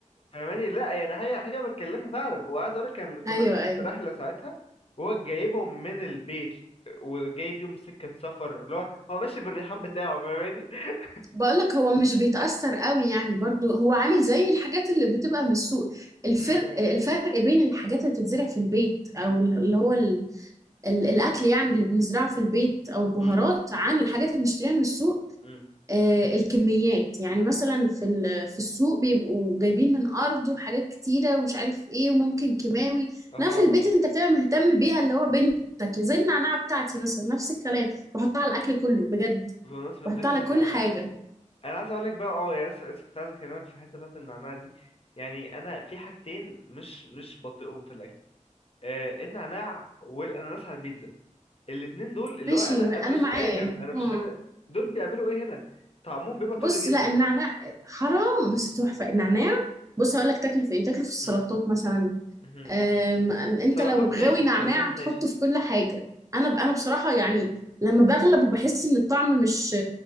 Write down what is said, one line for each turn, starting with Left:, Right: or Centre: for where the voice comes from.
Left: فاهماني لا يعني حاجة حاجة متكلفة فعلا وعايز اقول لك كان كنا
Right: ايوه
Left: احنا
Right: ايوه
Left: في رحلة ساعتها وهو جايبهم من البيت وجايب يوم سكة سفر اللي هو هو ماشي بالريحان بتاعه فاهماني <laughs>
Right: بقولك هو مش بيتأثر قوي يعني برضو هو عامل زي الحاجات اللي بتبقى من السوق الفرق
Left: امم
Right: الفرق بين الحاجات اللي بتتزرع في البيت او اللي هو ال... ال... الاكل يعني اللي بنزرعه في البيت او البهارات
Left: امم
Right: عن الحاجات اللي بنشتريها من السوق
Left: امم
Right: آه الكميات يعني مثلا في ال... في السوق بيبقوا جايبين من ارض وحاجات كتيرة ومش عارف ايه وممكن كيماوي
Left: اها
Right: انما في البيت انت بتبقى مهتم بيها اللي هو بنتك زي النعناع بتاعتي مثلا نفس الكلام بحطها على الاكل كله بجد
Left: بمناسبة
Right: بحطها
Left: ذكر
Right: على
Left: النعناع
Right: كل حاجة
Left: أنا عايز أقولك بقى أه يا لسه لسه كنت عايز أكلمك في الحتة بتاعة النعناع دي يعني أنا في حاجتين مش مش بطيئهم في الأكل آه النعناع والأناناس على البيتزا الاتنين دول اللي
Right: ماشي
Left: هو أنا
Right: انا
Left: أنا مش
Right: معاك
Left: فاهم أنا
Right: مم.
Left: مش فاهم دول بيعملوا إيه هنا طعمهم بيبقى طاغي
Right: بص
Left: جدا
Right: لا النعناع حرام بس تحفه النعناع بص هقول لك تاكله في ايه تاكله في السلطات
Left: مم.
Right: مثلا
Left: مهم.
Right: أم
Left: مهم.
Right: أم انت
Left: سلطات
Right: لو
Left: ماشي
Right: غاوي نعناع
Left: سلطات
Right: هتحطه
Left: ماشي
Right: في كل حاجه انا ب- انا بصراحه يعني لما بغلب وبحس ان الطعم مش